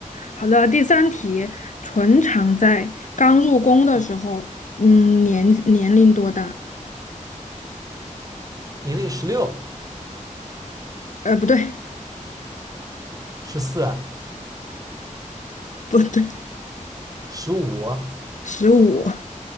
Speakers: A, on the left (about 65°); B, on the right (about 25°).
A: 好了，第三题，纯常在刚入宫的时候，嗯，年年龄多大？
B: 年龄十六、
A: 呃，不对，
B: 十四啊、
A: 不对，
B: 十五啊，
A: 十五。